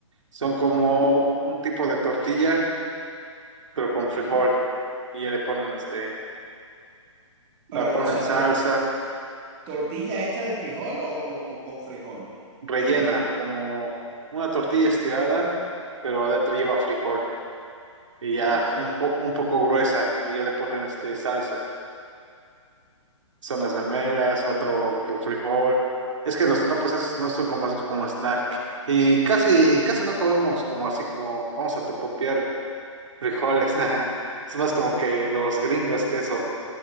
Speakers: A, on the right (about 65°); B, on the right (about 20°).
A: Son como un tipo de tortilla, pero con
B: ¿Sí?
A: frijol. Y ya le ponen este,
B: Pero,
A: la ponen
B: o sea,
A: salsa.
B: tor- tortilla hecha de frijol o, o- o con frijol
A: rellena,
B: dentro.
A: como una tortilla estirada, pero adentro lleva frijol y
B: Ok.
A: ya un, po- un poco gruesa y ya le ponen este salsa. Son las memelas, otro que un frijol. Es que los totopos esos no son como, como snack. Y casi, casi no comemos como así como vamos a totopear frijoles. <laughs> Es más como que los gringos que eso,